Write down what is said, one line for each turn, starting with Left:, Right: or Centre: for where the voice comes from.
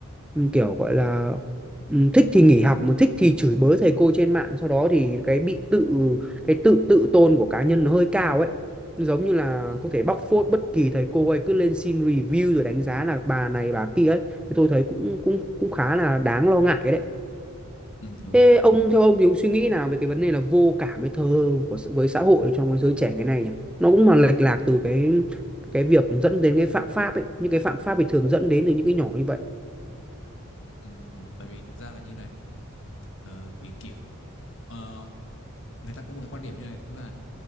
Centre: ừm, kiểu gọi là ừm, thích thì nghỉ học mà thích thì chửi bới thầy cô trên mạng sau đó thì cái bị tự cái tự tự tôn của cá nhân nó hơi cao ấy giống như là
Left: ừ,
Centre: có thể bóc phốt bất kỳ thầy cô ấy cứ lên xin review rồi đánh giá là bà này bà kia ấy thì tôi thấy cũng cũng
Left: ừ,
Centre: cũng khá là đáng lo ngại đấy
Left: ừ, đúng
Centre: Thế
Left: rồi
Centre: ông theo ông thì ông suy nghĩ nào về cái vấn đề là vô cảm với thờ ơ của s- với xã hội trong cái giới trẻ cái này nhỉ? Nó cũng mà lệch lạc từ cái cái việc dẫn đến cái phạm pháp ấy, những cái phạm pháp thì thường dẫn đến từ những cái nhỏ như vậy.
Left: ừ, tại vì thực ra là như này ờ, thì kiểu ờ, người ta có một cái quan điểm như này tức là